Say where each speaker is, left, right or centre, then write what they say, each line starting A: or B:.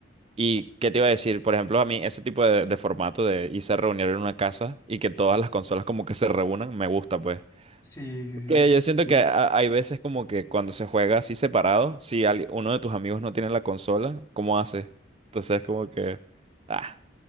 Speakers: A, on the right; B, on the left.
A: ¿Y qué te iba a decir? Por ejemplo, a mí ese tipo de, de formato de irse a reunir en una casa y que todas las consolas como que se reúnan, me gusta, pues.
B: Sí, sí, sí,
A: Que
B: eso
A: yo
B: es
A: siento
B: cool.
A: que ha- hay veces como que cuando se juega así separado, si al- uno de tus amigos no tiene la consola, ¿cómo haces? Entonces como que... Ah.